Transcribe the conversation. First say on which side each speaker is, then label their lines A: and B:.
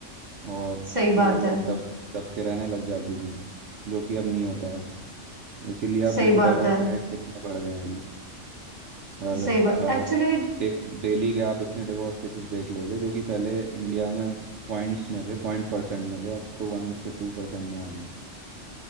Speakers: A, on the right; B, on the right.
A: और
B: सही
A: फिर
B: बात
A: वो लोग
B: है
A: दब दब के रहने लग जाती थी जो कि अब नहीं होता है इसीलिए आप
B: सही
A: देखो
B: बात
A: डाइवोर्स
B: है
A: रेट कितने बढ़ गए हैं अभी हर
B: सही बात
A: हर
B: एक्चुअली
A: डे, डेली के आप इतने डिवोर्स केसेस देख लोगे जो कि पहले इंडिया में पॉइंट्स में थे पॉइंट परसेंट में थे अब तो वन से टू परसेंट में आ गए